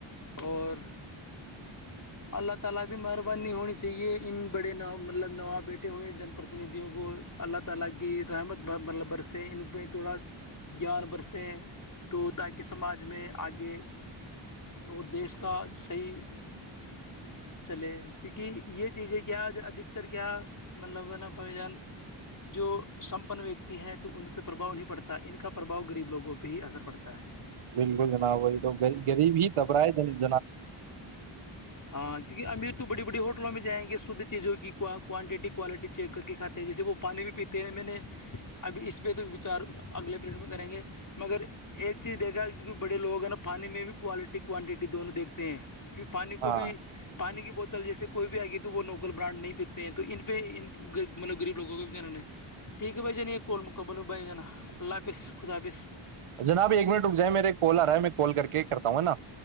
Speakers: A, on the left; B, on the right.
A: اور اللہ تعالی بھی مہربانی ہونی چاہیے ان بڑے مطلب نواب بیٹھے ہوئے ہیں جن پردنیدیوں کو اللہ تعالی کی رحمت اللہبر سے ان پہ تھوڑا جا برسے تو تاکہ سماج میں اگے اور دیس کا صحیح چلے کیونکہ یہ چیز ہے کہ آج ادھتر کیا مطلب نا بھائی جان جو سمپن ویکتی ہے تو ان پہ پربھؤ نہیں پڑتا ان کا پربھؤ غریب لوگوں پہ ہی اثر پڑتا ہے
B: بالکل جناب وہی تو غریب ہی دھبرائے ج
A: ہاں کیونکہ امیر تو بڑی بڑی ہوٹ ہوٹلوں میں جائیں گے شدھ چیزوں کی کو کوانٹیٹی کوالٹی چیک کر کے کھاتے ہیں جیسے وہ پانی بھی پیتے ہیں میں نے ابھی اس پہ تو وچار اگلے پلیٹ میں کریں گے مگر ایک چیز دیکھا کیونکہ بڑے لوگ ہیں نا پانی میں بھی کوالٹی کوانٹیٹی دونوں دیکھ پین کی پانی کو
B: ہاں
A: بھی پانی کی بہت ل جیسے کوئی بھی آئے گی تو وہ نوکل برانڈ نہیں پیتے ہیں تو ان پہ ان مطلب غریب لوگوں کو بھیے ٹھیک ہے بھائی جان یہ کول مکمل ہوں بھائی جناا اللہ حافظ خداظ
B: جناب ایک منٹ رک جائے میرے ایک کال آ رہا ہے میں کال کر کے کرتا ہوں ہے نا